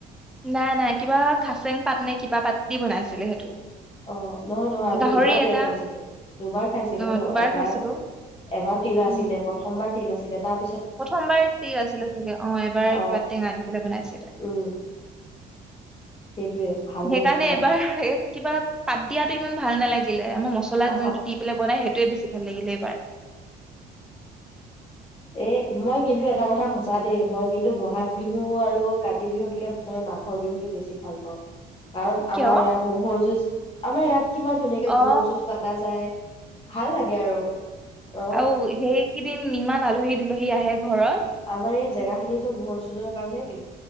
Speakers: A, in the centre; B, on the left.
A: নাই, নাই। কিবা খাচেং পাত নে কিবা পাত দি বনাইছিলে সেইটো।
B: অ', নহয়, নহয়। আমি
A: গাহৰি
B: দুবাৰ বিয়া
A: এটা
B: খাইছিলো। দুবাৰ খাইছিলো
A: অ
B: নো?
A: দুবাৰ
B: এবাৰ
A: খাইছিলো
B: এবাৰ তিল আছিলে।
A: উম
B: প্ৰথমবাৰ তিল আছিল। তেতিয়া তাত
A: প্ৰথমবাৰ তিল আছিলে চাগে! এবাৰ
B: অ
A: কিবা টেঙা দিপেলে বনাইছিলে।
B: উম সেইটোয়ে ভাল
A: সেইকাৰণে
B: লাগে খাই
A: এবাৰ কিবা পাত দিয়াতো ইমান ভাল নেলাগিল। দে। আমাৰ মছলা
B: অ
A: জুনটো দি পেলাই বনাই, সেই সেই টোৱে বেছি ভাল লাগিলে এইবাৰ।
B: এ, মই কিন্তু এটা কথা সঁচা দেই। মই কিন্তু বহাগ বিহু আৰু কাতি বিহুতকে মই মাঘৰ বিহুতটো বেছি ভাল পাওঁ। কাৰণ
A: কিয়
B: আমাৰ ইয়াত ম'হৰ যুজঁ আমি ইয়াত কিমান ধুনীয়াকে ম'হৰ
A: অ
B: যুজ পাতা যায়। ভাল লাগে আৰু অ
A: আউ, হেই কেইদিন ইমান আলহী দুলহী আহে ঘৰত।
B: আমাৰ এই জেগা খিনিতো মহৰ যুঁজৰ কাৰণে বি